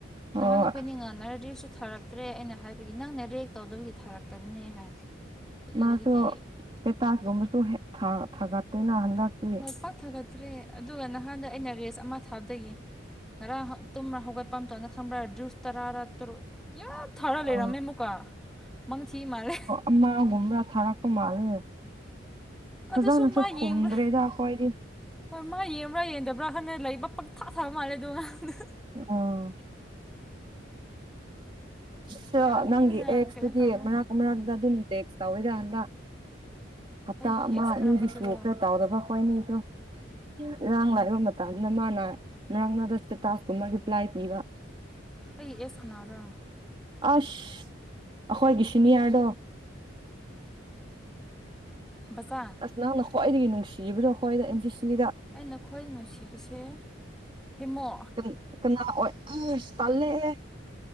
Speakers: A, on the right; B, in the centre.
A: ꯑꯣ
B: ꯅꯍꯥꯟ ꯑꯈꯣꯏꯅꯤꯡ ꯉꯟꯅꯔꯗꯤ ꯔꯤꯜꯁꯇꯁꯨ ꯊꯥꯔꯛ ꯇ꯭ꯔꯦ ꯑꯩꯅ ꯍꯥꯏꯕꯒꯤ ꯅꯪꯅ ꯔꯦꯛ ꯇꯧꯗꯕꯒꯤ ꯊꯥꯔꯛꯇꯕꯅꯦ ꯍꯥꯏ ꯑꯗꯨꯗꯒꯤ
A: ꯃꯥꯁꯨ ꯄꯦꯇꯥꯁꯒꯨꯝꯕꯁꯨ ꯊꯥꯒꯠꯇꯦꯅ ꯍꯟꯗꯛꯇꯤ
B: ꯍꯣꯏ ꯄꯥꯛ ꯊꯥꯒꯠꯇ꯭ꯔꯦ ꯑꯗꯨꯒ ꯅꯍꯥꯟꯗ ꯑꯩꯅ ꯔꯦꯁ ꯑꯃ ꯊꯥꯕꯗꯒꯤ ꯉꯔꯡ ꯇꯨꯝ ꯍꯧꯒꯠꯄ ꯑꯝꯇꯅ ꯈꯪꯕ꯭ꯔꯥ ꯖꯨꯁ ꯇꯔꯥꯔꯛ ꯇꯔꯨꯛ ꯌꯥꯝ ꯊꯥꯔ ꯂꯩꯔꯝꯃꯦ
A: ꯑ
B: ꯑꯃꯨꯛꯀ ꯃꯪ ꯊꯤ ꯃꯥꯜꯂꯦ
A: ꯑꯃꯥꯒꯨꯝꯕꯥ ꯊꯥꯔꯛꯄ ꯃꯥꯜꯂꯦ ꯐꯖꯅꯁꯨ
B: ꯑꯗꯨꯁꯨ ꯃꯥ
A: ꯈꯨꯝꯗ꯭ꯔꯦꯗ
B: ꯌꯦꯡꯕ꯭ꯔꯥ
A: ꯑꯩꯈꯣꯏꯗꯤ
B: ꯍꯣꯏ ꯃꯥ ꯌꯦꯡꯕ꯭ꯔꯥ ꯌꯦꯡꯗꯕ꯭ꯔꯥ ꯍꯟꯅꯅ ꯂꯩꯕ ꯄꯪꯊꯥ ꯊꯥꯕ ꯃꯥꯜꯂꯦ ꯗꯨꯏ ꯑꯉꯥꯡ ꯗꯣ
A: ꯑꯥ ꯁꯨ
B: ꯌꯥꯝꯅ
A: ꯅꯪꯒꯤ ꯑꯦꯛꯁꯇꯨꯗꯤ
B: ꯀꯩꯅꯣ ꯇꯧꯈ꯭ꯔꯦ
A: ꯃꯔꯛ ꯃꯔꯅꯥꯛꯇ ꯑꯗꯨꯝ ꯇꯦꯛ꯭ꯁ ꯇꯧꯋꯤꯗꯥ ꯍꯟꯗꯛ ꯍꯞꯇꯥ
B: ꯑꯩꯒꯤ
A: ꯑꯃ
B: ꯑꯦꯁ
A: ꯑꯅꯤꯒꯤ
B: ꯀꯔꯝꯕꯗꯨꯔꯣ
A: ꯁꯨꯈꯔꯦ ꯇꯥꯎꯗꯕ ꯈꯣꯏꯅꯤꯁꯨ ꯏꯔꯥꯡ ꯂꯥꯛꯏꯕ ꯃꯇꯝꯁꯤꯗ ꯃꯥꯅ ꯃꯔꯛ ꯁꯇꯦꯇꯥꯁꯀꯨꯝꯕ ꯔꯤꯄ꯭ꯂꯥꯏ ꯄꯤꯕ
B: ꯑꯩꯩ ꯑꯦꯀ꯭ꯁ ꯀꯅꯥꯔꯥ
A: ꯑꯁ ꯑꯩꯈꯣꯏꯒꯤ ꯁꯤꯅꯤꯌꯥꯔꯗꯣ
B: ꯕꯆꯥ
A: ꯑꯁ ꯅꯪꯅ ꯈ꯭ꯋꯥꯏꯗꯒꯤ ꯅꯨꯡꯁꯤꯕꯗꯣ ꯈ꯭ꯋꯥꯏꯗ ꯑꯦꯟ ꯁꯤ ꯁꯤꯗ
B: ꯑꯩꯅ ꯈ꯭ꯋꯥꯏꯗꯒꯤ ꯅꯨꯡꯁꯤꯕꯁꯦ ꯍꯦꯃꯣ
A: ꯀꯟ- ꯀꯅꯥ ꯑꯣꯏ ꯇꯟꯂꯦ ꯍꯦ